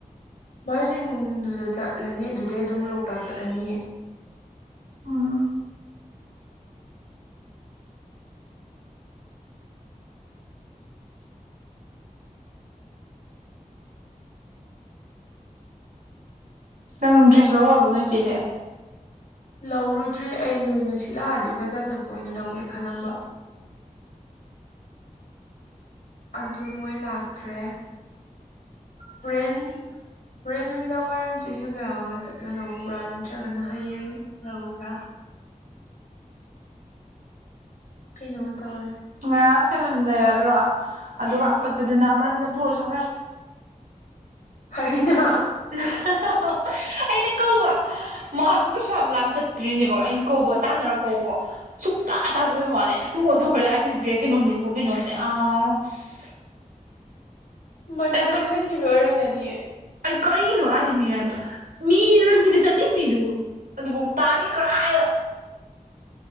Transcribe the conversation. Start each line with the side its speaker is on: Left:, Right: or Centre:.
Left: ꯃꯥꯔꯖꯤꯡꯗꯨꯗ ꯆꯠꯂꯅꯤ ꯑꯗꯨꯗꯩ ꯑꯗꯨꯝ ꯂꯣꯛꯇꯥꯛ ꯆꯠꯂꯅꯤ
Right: ꯎꯝ ꯅꯪ ꯗ꯭ꯔꯦꯁ ꯂꯧꯔꯣꯕꯣ ꯅꯣꯏ ꯆꯦꯗꯤ
Left: ꯂꯧꯔꯨꯗ꯭ꯔꯤ ꯑꯩ ꯅꯣꯏ ꯉꯁꯤ ꯂꯥꯛꯑꯗꯤ ꯕꯖꯥꯔ ꯆꯠꯄ ꯑꯣꯏꯅ ꯂꯧꯒꯦ ꯈꯜꯂꯝꯕ꯫ ꯑꯗꯨ ꯅꯣꯏ ꯂꯥꯛꯇ꯭ꯔꯦ ꯍꯨꯔꯦꯟ ꯍꯨꯔꯦꯟ ꯅꯨꯃꯤꯗꯥꯡ ꯋꯥꯏꯔꯝ ꯆꯦ ꯁꯤꯜꯕꯤꯌꯥꯒ ꯆꯠꯂ ꯂꯧꯔꯨꯕ꯭ꯔꯥ ꯅꯠꯇ꯭ꯔꯒꯅ ꯍꯌꯦꯡ ꯂꯧꯕ꯭ꯔꯥ ꯀꯩꯅꯣ ꯇꯧꯔꯅꯤ
Right: ꯉꯔꯥꯡ ꯁꯦꯟꯗꯟ ꯂꯩꯔꯗ꯭ꯔꯣ ꯑꯗꯨꯒ
Left: ꯎꯝ
Right: ꯑꯄꯠꯄꯗꯨꯅ ꯑꯃꯗꯨꯅ ꯄꯨꯔꯥ ꯆꯠꯈ꯭ꯔꯦ
Left: ꯍꯔꯤꯅ
Right: <unintelligible> ꯑꯩꯅ ꯀꯧꯕ ꯃꯥꯗꯨ ꯀꯩꯁꯨ ꯌꯥꯝ ꯂꯥꯝ ꯆꯠ ꯇ꯭ꯔꯤꯅꯦꯕ ꯑꯩꯅ ꯀꯧꯕ ꯇꯥꯟꯅꯔ ꯀꯧꯕ ꯁꯨꯛꯇꯥ ꯇꯥꯗꯕꯩ ꯋꯥꯅꯤ ꯇꯨꯡ ꯑꯣꯟꯊꯣꯛꯈ꯭ꯔꯗꯤ ꯑꯁꯤ ꯕ꯭ꯔꯦꯛ ꯀꯩꯅꯣꯝꯅꯤꯀꯣ ꯀꯩꯅꯣꯝꯅꯤ ꯑꯁ
Left: ꯃꯅꯥꯅ
Right: ꯑꯩ ꯀ
Left: ꯈꯟꯒꯤꯕꯩ ꯑꯣꯏꯔꯝꯒꯅꯤꯌꯦ
Right: ꯑꯩ ꯀꯔꯤꯅꯣ ꯍꯥꯏ ꯃꯤ ꯍꯥꯏꯕ ꯃꯤ ꯂꯝꯕꯤꯗ ꯆꯠꯂꯤ ꯃꯤꯗꯨ ꯑꯗꯨꯕꯧ ꯇꯥꯅꯤ ꯀꯔꯥꯏ <unintelligible>